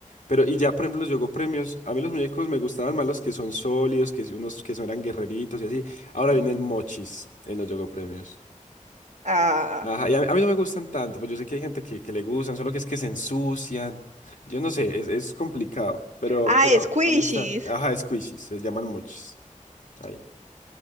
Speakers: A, on the left; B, on the right.
A: Pero, y ya, por ejemplo, los Yogo Premios, a mí los muñecos me gustaban más los que son sólidos, que si- unos que son eran guerreritos y así. Ahora
B: Ujú.
A: vienen mochis en los Yogo Premios.
B: Ah,
A: Ajá, y a, mí a mí no me gustan tanto, pues yo sé que hay gente que, que le gustan, solo que es que se ensucian. Yo no sé, es, es complicado. Pero,
B: ah,
A: pero,
B: squishies.
A: ¿dónde están? Ajá, squishies, se llaman mochis. Ahí.